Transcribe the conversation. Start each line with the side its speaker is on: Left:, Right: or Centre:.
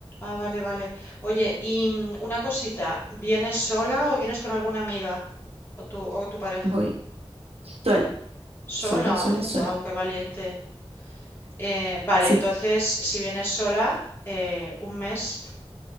Left: Ah, vale, vale. Oye, y mm, una cosita, ¿vienes sola o vienes con alguna amiga? ¿O tu, o tu pareja?
Right: Voy sola,
Left: Sola.
Right: sola, sola, sola.
Left: Wow, qué valiente. Eh, vale,
Right: Sí,
Left: entonces, si vienes sola, eh, un mes,